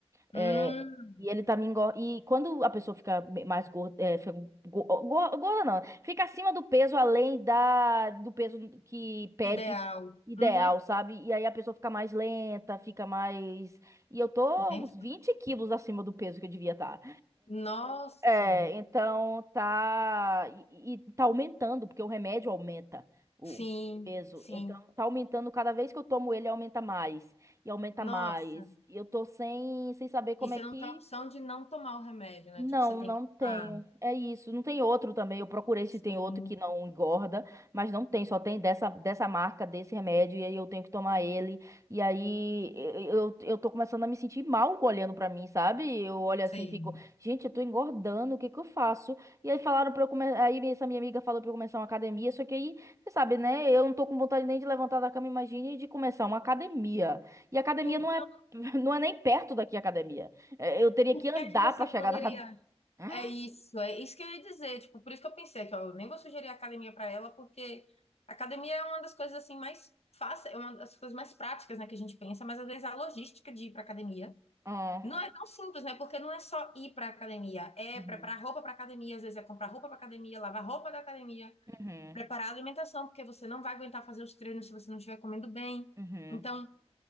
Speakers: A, on the left; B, on the right.
A: Hum,
B: É, e ele também engorda. E quando a pessoa fica me- mais gorda, é, fica go- go- gorda não, fica acima do peso além da do peso que pede
A: Ideal.
B: ideal,
A: Uhum.
B: sabe? E aí a pessoa fica mais lenta, fica mais. E eu tô
A: Bem-
B: uns 20 quilos acima do peso que eu devia estar.
A: Nossa,
B: É, então tá e, e tá aumentando, porque o remédio aumenta o
A: sim,
B: peso.
A: sim.
B: Então tá aumentando cada vez que eu tomo ele aumenta mais e aumenta
A: Nossa.
B: mais. E eu tô sem sem saber como
A: E você
B: é que
A: não tem a opção de não tomar o remédio, né?
B: não,
A: Tipo, você tem
B: não
A: que
B: tenho.
A: tomar.
B: É isso. Não tem outro também. Eu procurei se
A: Sim,
B: tem outro que não engorda, mas não tem. Só tem dessa, dessa marca, desse remédio, e aí eu tenho que tomar ele. E aí eu, eu eu tô começando a me sentir mal olhando pra mim, sabe? Eu olho
A: sei.
B: assim e fico, gente, eu tô engordando, o que que eu faço? E aí falaram pra eu começar. Aí essa minha amiga falou pra eu começar uma academia, só que aí, você sabe, né? Eu não tô com vontade nem de levantar da cama, imagine de começar uma academia. E academia
A: Então,
B: não é, <laughs> não é nem perto daqui a academia. É, Eu teria
A: o
B: que andar
A: que é que você
B: pra chegar
A: poderia.
B: na ah,
A: É isso, é isso que eu ia dizer. Tipo, por isso que eu pensei que ó, eu nem vou sugerir a academia para ela, porque a academia é uma das coisas assim mais fáceis, é uma das coisas mais práticas, né, que a gente pensa, mas às vezes a logística de ir para academia.
B: É.
A: Não é tão simples, né? Porque não é só ir para academia, é
B: Uhum.
A: preparar roupa para academia, às vezes é comprar roupa para academia, lavar roupa da academia,
B: Uhum.
A: preparar a alimentação, porque você não vai aguentar fazer os treinos se você não estiver comendo bem.
B: Uhum.
A: Então,